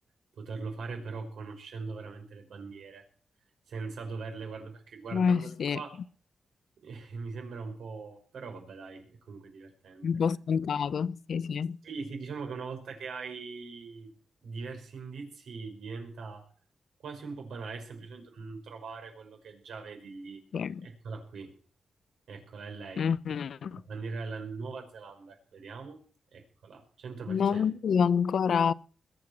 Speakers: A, on the right; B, on the left.
A: poterlo fare, però conoscendo veramente le bandiere, senza doverle guardare, perché guardandole
B: ma sì,
A: qua <laughs> eh, mi sembra un po'. Però vabbè, dai, è comunque divertente.
B: un po' scontato, sì, sì.
A: Sì, sì, diciamo che una volta che hai diversi indizi diventa quasi un po' banale, è semplicemente un trovare quello che già vedi lì.
B: Ok.
A: Eccola qui, eccola, è lei.
B: Mhm.
A: La bandiera della Nuova Zelanda, vediamo, eccola, 100%.
B: Non vedo ancora...